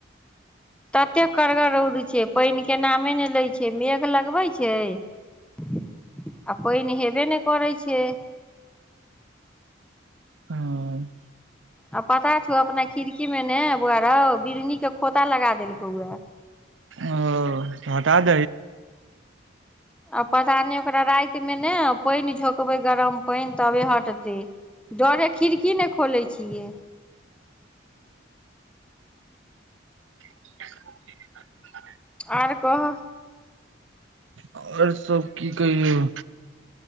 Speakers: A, in the centre; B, on the right.
A: तते कड़गर रौद छै पानि के नामे ने लै छै मेघ लगबै छैय आ कोय निहेबे नय करै छैय। के
B: हँ
A: आ पता छौ अपना खिड़की मे ने बौआ रौ बिड़नी के खोता लगा देलकौ या।
B: ओ हटा दी
A: आ पता नहि ओकरा राति मे ने पानि झो कबै गरम पानि तबे हटतै डरे खिड़की नहि खोले छियै।
B: <unintelligible>
A: आओर कह।
B: आओर सब की कहियौ?